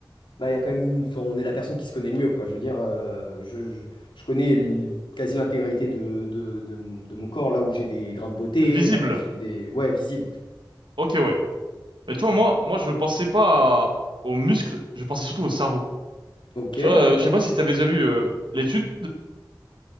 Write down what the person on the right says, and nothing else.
Visible.
Ok, ouais. Mais tu vois, moi, moi, je pensais pas à- aux muscles, je pensais surtout au cerveau.
Tu vois,
euh, je sais pas si t'avais déjà vu euh, l'étude